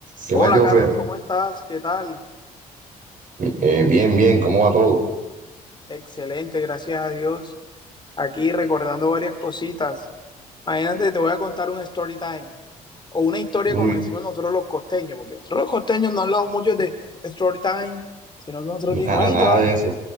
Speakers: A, on the right; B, on the left.
A: ¿Qué
B: Hola
A: más, Jonfer?
B: Carlos, ¿cómo estás? ¿Qué tal?
A: Eh, bien, bien, ¿cómo va todo?
B: Excelente, gracias a Dios. Aquí recordando varias cositas. Imagínate, te voy a contar un story time o una historia
A: Uy,
B: como decimos nosotros los costeños, porque nosotros los costeños no hablamos mucho de story time, sino que nosotros
A: nada,
B: decimos, hey,
A: nada
B: todavía,
A: de eso.